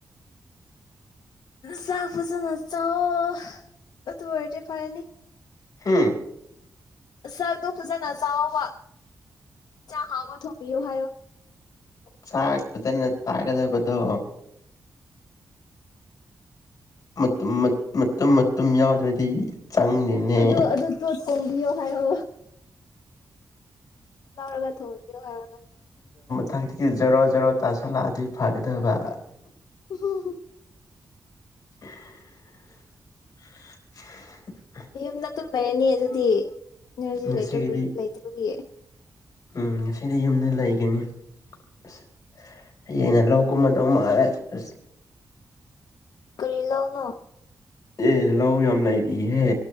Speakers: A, on the left; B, on the left.
A: ꯆꯥꯛ ꯐꯖꯅ ꯆ ꯑꯣ ꯑꯗꯨ ꯑꯣꯏꯔꯗꯤ ꯐꯔꯦꯅꯤ
B: ꯍꯥꯝ
A: ꯁꯔꯛꯇꯣ ꯐꯖꯅ ꯆꯥꯑꯣꯕ ꯆꯥꯡ ꯍꯥꯎꯕ ꯊꯣꯡꯝꯕꯤꯌꯨ ꯍꯥꯏꯌꯣ
B: ꯆꯥꯛ ꯐꯖꯅ ꯆꯥꯒꯗꯕꯗꯣ ꯃꯇꯨꯝ ꯃꯇꯨꯝ ꯌꯥꯎꯗ꯭ꯔꯗꯤ ꯆꯪꯗꯦꯅꯦ
A: ꯑꯗꯨ ꯑꯗꯨꯗꯣ ꯊꯣꯡꯕꯤꯌꯣ ꯍꯥꯏꯌꯣ ꯂꯔꯒ ꯊꯣꯕꯤꯌꯣ ꯍꯥꯏ ꯑꯣꯅ
B: ꯊꯛꯇꯤꯒꯤ ꯖꯔꯣ ꯖꯔꯣ ꯇꯥꯁꯜꯂꯛꯑꯗꯤ ꯐꯒꯗꯕ
A: ꯍꯝ
B: <inaudible> <inaudible>
A: ꯌꯨꯝꯗ ꯇꯨꯝ ꯂꯩꯔꯅꯤ ꯑꯗꯨꯗꯤ ꯏꯅꯔꯖꯤ
B: ꯉꯁꯤꯒꯤꯗꯤ
A: ꯂꯩꯇ꯭ꯔ ꯂꯩꯇꯕꯒꯤ
B: ꯎꯝ ꯉꯁꯤꯗꯤ ꯌꯨꯝꯗ ꯂꯩꯒꯅꯤ ꯑꯁ ꯍꯌꯦꯡꯅ ꯂꯧ ꯀꯨꯝꯕꯗꯧ ꯃꯥꯜꯂꯦ ꯑꯁ
A: ꯀꯔꯤ ꯂꯑꯣꯅꯣ
B: ꯑꯦ ꯂꯧ ꯌꯥꯝ ꯂꯩꯔꯤꯍꯦ